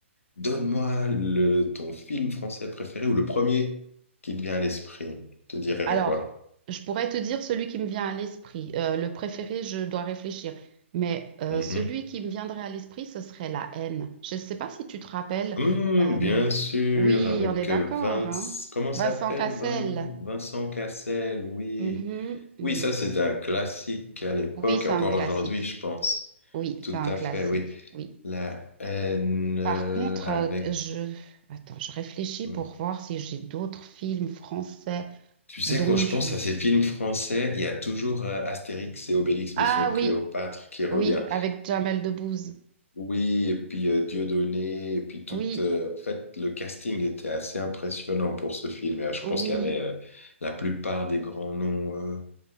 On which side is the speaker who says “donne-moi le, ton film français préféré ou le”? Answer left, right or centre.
Left